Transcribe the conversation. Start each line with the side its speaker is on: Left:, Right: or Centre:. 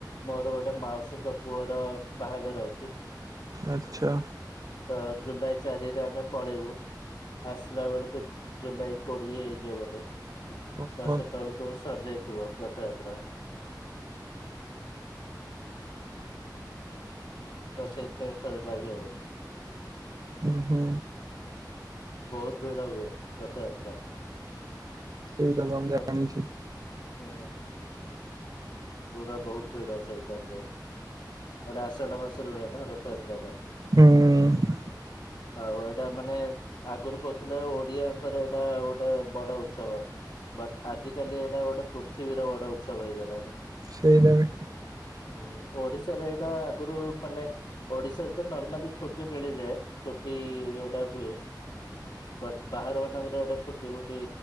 Left: ମୋର ଗୋଟେ ମାଉସୀଙ୍କ ପୁଅର ବାହାଘର ଅଛି।
Right: ଆଛା।
Left: ତ ଜୁଲାଇ ଚାରିରେ ଆମେ ପଳେଇବୁ ଆସିଲା ବେଳକୁ ଜୁ ଜୁଲାଇ କୋଡିଏ ହେଇଯିବ ବୋଧେ ତ
Right: ଓହୋ
Left: ସେତେବେଳକୁ କୁ ସରି ଯାଇଥିବ ରଥଯାତ୍ରା। ତ ସେଇଥିପାଇଁ ଏଥର ଯାଇହବନି।
Right: ଓ ହୋ।
Left: ବହୁତ ଭିଡ଼ ହୁଏ ରଥଯାତ୍ରା ପ୍ରତ
Right: ସେଇଟା ତ ମୁଁ ଜାଣିଛି
Left: ହୁଁ। ପୁରା ବହୁତ ଭିଡ ସେଇ ଟାଇମରେ ସେଟା ଆସାଡ ମାସରେ ହୁଏ ନା ର ଥଯାତ୍ରାଟା
Right: ହୁଁ
Left: ଆଉ ଏଇଟା ମାନେ ଆଗରୁ କହୁଥିଲେ ଓଡିଆଙ୍କର ଏଇଟା ଗୋଟେ ବଡ ଉତ୍ସବ ବଟ୍ ଆଜିକାଲି ଏଇଟା ଗୋଟେ ପୃଥିବୀର ବଡ ଉତ୍ସବ ହେଇଗଲାଣି।
Right: ସେଇଟା ବି
Left: ହୁଁ ଓଡିଶାରେ ଏଇଟା ଆଗରୁ ମାନେ ଓଡିଶାରେ ତ ନର୍ମାଲି ଛୁଟି ମିଳିଯାଏ ଛୁଟି ଏଡା ହୁଏ। ବଟ ବାହାର ମାନଙ୍କର ଏଟା ଛୁଟି ଫୁଟି